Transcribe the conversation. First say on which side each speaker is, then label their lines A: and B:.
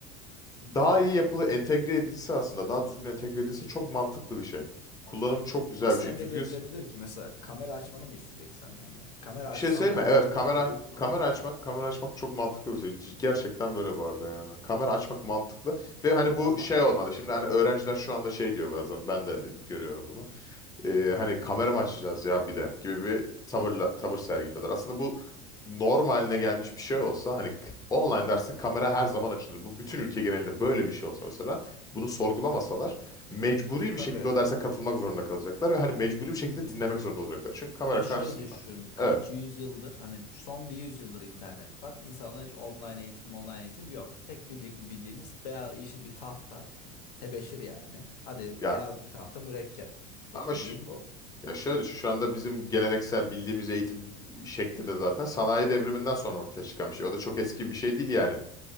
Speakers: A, on the left (about 20°); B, on the left (about 80°).
A: daha iyi yapılı entegre edilse aslında daha düzgün entegre edilse çok mantıklı bir şey. Kullanımı çok güzel
B: Nasıl
A: bir şey.
B: entegre
A: Düzgün
B: edilebilir
A: s-
B: ki? Mesela kamera açmanı mı isteyecek senden ya? Kamera
A: bir
B: açsan
A: şey söyleyeyim
B: da
A: mi?
B: her
A: Evet
B: seferinde
A: kamera
B: uygun.
A: kamera açmak kamera açmak çok mantıklı bir şey. C- Gerçekten böyle bu arada yani. Kamera açmak mantıklı ve hani bu
B: Ama
A: şey olmalı. Şimdi hani öğrenciler şu anda şey diyor bazen ben de görüyorum bunu. e, hani kamera mı açacağız ya bir de gibi bir tavırla, tavır sergiliyorlar. Aslında bu normaline gelmiş bir şey olsa hani k- online derste kamera her zaman açılır. Bu bütün ülke genelinde böyle bir şey olsa mesela bunu sorgulamasalar mecburi bir
B: tabii.
A: şekilde o derse katılmak zorunda kalacaklar ve hani mecburi bir şekilde dinlemek zorunda olacaklar. Çünkü kamera
B: Ama
A: karşısında.
B: şöyle düşün. Kaç
A: Evet.
B: yüzyıldır hani son bir yüzyıldır internet var. İnsanlar hiç online eğitim, online eğitim yok. Tek bildi- bildiğimiz beyaz, yeşil bir tahta. Tebeşir yani. Hadi
A: Ya
B: beyaz bir tahta mürekkep. Tek
A: ama
B: bildiğin
A: ş-
B: bu.
A: ya şöyle düşün şu anda bizim geleneksel bildiğimiz eğitim şekli de zaten sanayi devriminden sonra ortaya çıkan bir şey. O da çok eski bir şey değil yani.